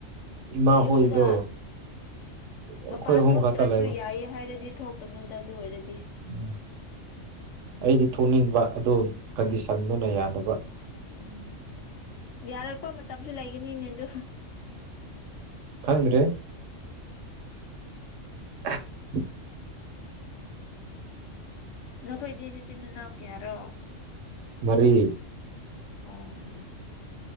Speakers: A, on the right; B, on the left.
A: ꯏꯃꯥ
B: ꯌꯨꯝꯗ
A: ꯍꯣꯏꯗꯣ ꯑꯩꯈꯣꯏ
B: ꯃꯄꯥꯟ
A: ꯑꯍꯨꯝ
B: ꯊꯣꯛꯇ꯭ꯔꯁꯨ
A: ꯈꯛꯇ ꯂꯩꯕ
B: ꯌꯥꯏꯌꯦ ꯍꯥꯏꯔꯗꯤ ꯊꯣꯛ <unintelligible> ꯑꯗꯨ ꯑꯣꯏꯔꯗꯤ
A: ꯎꯝ ꯑꯩꯗꯤ ꯊꯣꯛꯅꯤꯡꯕ ꯑꯗꯣ ꯀꯟꯗꯤꯁꯟꯗꯨꯅ ꯌꯥꯗꯕ
B: ꯎꯝ ꯌꯥꯔꯛꯄ ꯃꯇꯝꯁꯨ ꯂꯩꯒꯅꯤꯅꯦ ꯑꯗꯣ
A: ꯈꯪꯗ꯭ꯔꯦ <inaudible>
B: ꯅꯈꯣꯏꯗꯤ ꯅꯆꯤꯟꯅꯅꯥꯎ ꯀꯌꯥꯔꯣ
A: ꯃꯔꯤ
B: ꯑꯣ